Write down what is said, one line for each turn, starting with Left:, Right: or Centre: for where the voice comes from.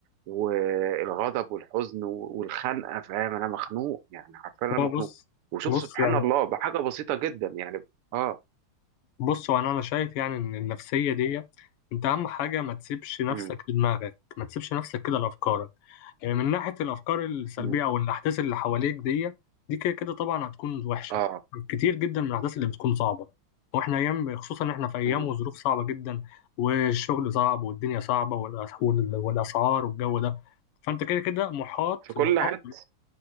Right: والغضب والحزن و- والخنقه فاهم انا مخنوق يعني حرفيا انا
Left: هو
Right: مخنوق
Left: بص
Right: وشوف
Left: بص
Right: سبحان
Left: يعني
Right: الله بحاجه بسيطه جدا يعني اه
Left: بص هو انا أنا شايف يعني ان النفسيه دي انت اهم حاجه ما تسيبش نفسك
Right: امم
Left: لدماغك ما تسيبش نفسك كده لافكارك يعني من ناحيه الافكار السلبيه
Right: امم
Left: او الاحداث اللي حواليك دي دي كده كده طبعا هتكون وحشه
Right: اه
Left: كتير جدا من الاحداث اللي بتكون صعبه واحنا ايام خصوصا احنا في ايام
Right: امم
Left: وظروف صعبه جدا والشغل صعب والدنيا صعبه والأس- وال- والاسعار والجو ده فانت كده كده محاط
Right: في كل
Left: محاط
Right: حته